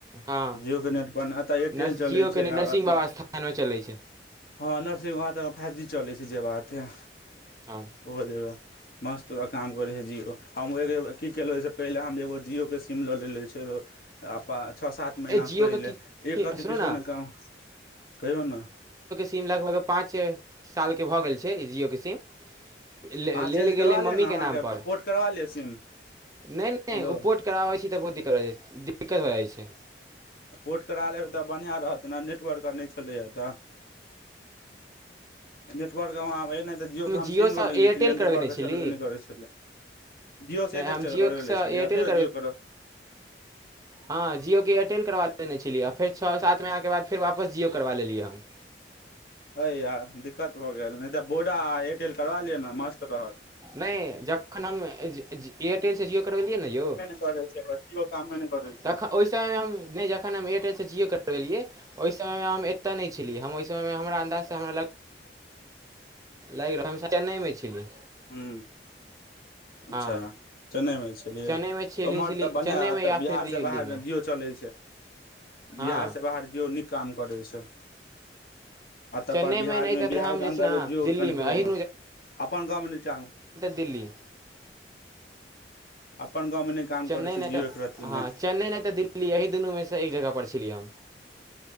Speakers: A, on the right (about 20°); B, on the left (about 55°).
A: हँ
B: जियओके नेटपर नै एत एयरटेल
A: नर्स
B: चलै
A: जिओ कनि
B: छै आ
A: नरसिंह
B: अथी
A: बाबा स्थानमे चलै छै
B: हँ नर्सरी वहाँ तऽ फाइव जी चलै छै जे बात हे
A: हँ
B: ओहो जगह मस्त अ काम करै है जिओ हम एक की केलहुँ ओहिसँ पहिले हम‌‌जे एगो जिओे सीम लऽ लेलेने छल आ प छ सात महीना
A: ए जिओके
B: पहिले
A: की
B: एक रति
A: सुनू
B: किछो
A: ने
B: नै काम कहियौ ने
A: सिम लगभग पाँच छे सालके भऽ गेल छै जिओके सिम लेल
B: अहाँ चेंज
A: गेलै
B: करबा लिअ
A: मम्मी
B: ने
A: के
B: अहाँके
A: नाम पर
B: पोर्ट करबा लिअ सिम
A: नै नै
B: हेलो
A: ओ पोट कराबै छी तऽ बहुत दिक्कत हो जाई छै दिक्कत भऽ जाई छै
B: पोर्ट करा लेबै तऽ बढ़िआ रहत ने नेटवर्क आर नहि छलैए तऽ नेटवर्क के एनाइ तऽ जिओ के हम
A: जिओसँ
B: सिम लऽ लेने
A: एयरटेल
B: छलै
A: करबेने
B: नेटवर्क के
A: छली
B: चलबे नहि करे छलै जियओ सँ
A: नहि
B: एयरटेल
A: हम जिओसँ
B: करबै लै छलै
A: एयरटेल
B: या फेर जिआ करह
A: ह जियओ के एयरटेल करवा लने छलियै आ फेर छओ सात महिना के बाद फेर वापस जिओ करवा लेलियै हम
B: ह या दिक्कत भऽ गेल नहि तऽ वोडा आ एयरटेल करबा लिआ ने मस्त रहत
A: नहि जखन हम एयरटेलसँ जिो करबेलियै ने य
B: ज <unintelligible> काममे करे छै
A: तखन ओहि समय मे हम नहि जखन हम एयरटेलसँ जिओ करबेलिये ओहि समय मे हम एते नहि छलै हम ओहि समय मे हमरा अन्दाज से हमरा लऽ लागि रह हस नहिमे छली
B: हू अच्छा
A: हँ
B: चन्न यै मे छेलियै
A: चेन्नइमे छली
B: ओम्हर
A: छली
B: तऽ बढ़िया
A: चेन्नइमे
B: एतय
A: या
B: बिहार
A: फेर दिल्लीमे
B: सँ बाहर जिओ चलै छै
A: हँ
B: बिहार सँ बाहर जोयो नीक काम करै छै एतऽ
A: चेन्नइमे
B: पर बिहार
A: नहि
B: मे
A: तऽ फेर
B: बिहार
A: हम जे
B: के अन्दर
A: छै ने
B: मे जियो
A: दिल्लीमे
B: के कनि प्रॉब्लम
A: एही
B: अपन गाव मे नीचा मे
A: दिल
B: अपन गाँवमे नहि काम
A: चेन्नई
B: करै छै
A: नहि
B: जिओ
A: तऽ
B: एक रत्ती
A: ह
B: नहि
A: चेन्नई नहि तऽ दिल्ली यही दुनू मे एक जगह पर छली हम